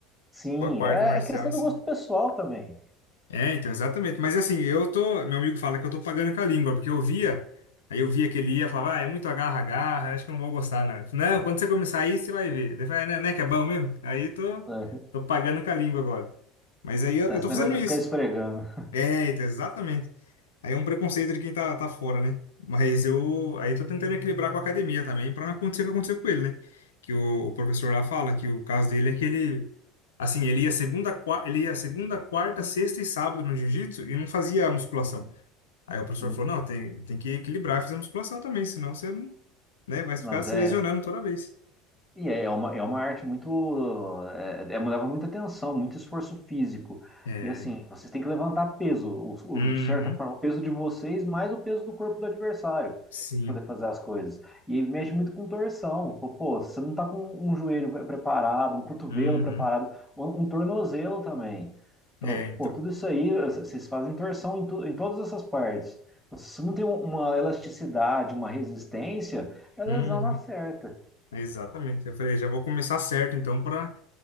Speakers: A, in the centre; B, on the left.
A: Sim,
B: com a com
A: é
B: a arte marcial
A: é questão
B: em si.
A: do gosto pessoal também.
B: É, então, exatamente. Mas assim, eu tô. Meu amigo fala que eu tô pagando com a língua, porque eu via. Aí eu via que ele ia, falava, ah, é muito agarra-agarra, acho que eu não vou gostar, não. Eu falei, Não, quando você começar aí, você vai ver. Ele fala, né, né, que é bom mesmo? Aí tô,
A: né?
B: tô pagando com a língua agora. Mas aí eu, eu
A: Esse
B: tô
A: negócio
B: fazendo
A: de
B: isso.
A: ficar esfregando. <laughs>
B: É, então, exatamente. Aí é um preconceito de quem tá, tá fora, né? Mas eu. Aí eu tô tentando equilibrar com a academia também, pra não acontecer o que aconteceu com ele, né? Que o, o professor lá fala que o caso dele é que ele. Assim, ele ia segunda, qua- ele ia segunda, quarta, sexta e sábado no jiu-jitsu e não fazia musculação. Aí o professor
A: Não,
B: falou: não, tem, tem que equilibrar e fazer musculação também, senão você não, né, vai ficar
A: mas
B: se
A: é,
B: lesionando toda vez.
A: E é é uma, é uma arte muito. É, é- leva muita atenção, muito esforço físico.
B: É.
A: E assim, vocês têm que levantar peso, o-
B: Uhum.
A: o- de certa forma, o peso de vocês mais o peso do corpo do adversário,
B: Sim.
A: para poder fazer as coisas. E mexe muito com torção. Pô, pô, você não tá com um joelho pre- preparado, um cotovelo
B: Uhum.
A: preparado, um, um tornozelo também. Tô-
B: É, então.
A: Pô, tudo isso aí, c- vocês fazem torção em, tu- em todas essas partes. Se você não tem um- uma elasticidade, uma resistência, é lesão
B: Uhum.
A: na certa.
B: Exatamente. Eu falei, já vou começar certo, então, para